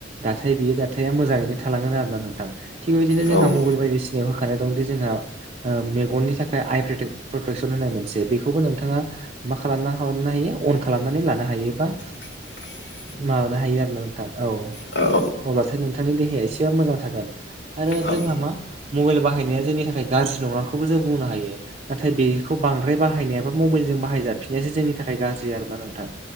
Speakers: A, on the right (about 35°); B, on the left (about 65°).
A: दाथाय बेयो दाथाया मोजाङैनो थलाांगोन आरो ना नोंथां थिग बेबायदिनो
B: औ
A: जोंहा मबाइल बायदिसि होखानाय दंदि जोंहा ओ मेगननि थाखाय आइ प्रटेकसन होननाय मोनसे बेखौबो नोंथाङा मा खालामना लानो हायो अन खालामनानै लानो हायोबा
B: <inaudible>
A: माबानो हायो आरो ना नोंथां औ
B: औ औ
A: अब्लाथाय नोंथां नोंथांनि देहाया एसेबाबो मोजां थागोन आरो
B: औ
A: जोंहा मा मबाइल बाहायनाया जोंनि थाखाय गाज्रि नङाखौबो जों बुंनो हायो। नाथाय बेखौ बांद्राय बाहायनायाबो मबाइलजों बाहायजाफिननायासो जोंनि थाखाय गाज्रि आरोना नोंथां?